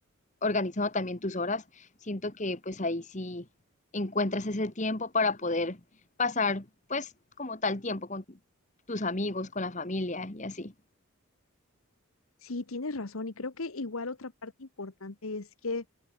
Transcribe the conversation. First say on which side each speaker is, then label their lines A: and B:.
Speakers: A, on the left (about 35°); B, on the left (about 75°).
A: organizando también tus horas, siento que pues ahí sí encuentras ese tiempo para poder pasar pues como tal tiempo con tus amigos, con la familia y así.
B: Sí, tienes razón. Y creo que igual otra parte importante es que